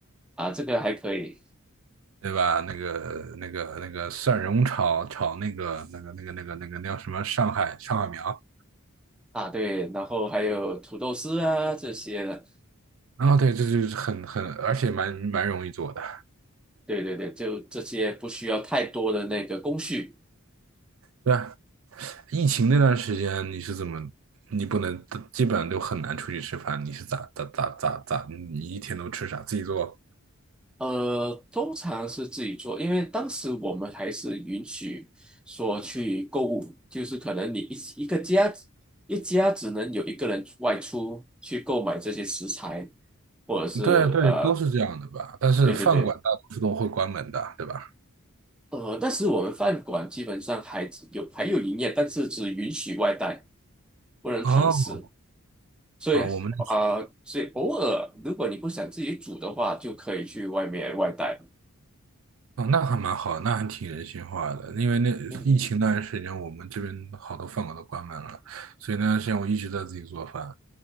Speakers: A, in the centre; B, on the right.
A: 啊，这个还可以
B: 对吧？那个、那个、那个蒜蓉炒炒那个、那个、那个、那个、那个那叫什么上海上海苗。
A: 啊，对，然后还有土豆丝啊这些的，
B: 啊，对，这就是很很，而且蛮蛮容易做的，
A: 对对对，就这些不需要太多的那个工序。
B: 对吧？疫情那段时间你是怎么？你不能，基本上都很难出去吃饭。你是咋咋咋咋咋？你一天都吃啥？自己做？
A: 呃，通常是自己做，因为当时我们还是允许说去购物，就是可能你一一个家一家只能有一个人外出去购买这些食材，或者是呃，
B: 对对，都是这样的吧？但是饭馆大多数都会关门的，
A: 对对对，
B: 对吧？
A: 呃，但是我们饭馆基本上还有还有营业，但是只允许外带，不能堂食，
B: 哦，
A: 所以啊、
B: 啊，我们那
A: 呃所以偶尔如果你不想自己煮的话，就可以去外面外带。
B: 哦，那还蛮好，那还挺人性化的。因为那疫情那段时间，
A: 嗯。
B: 我们这边好多饭馆都关门了，所以那段时间我一直在自己做饭，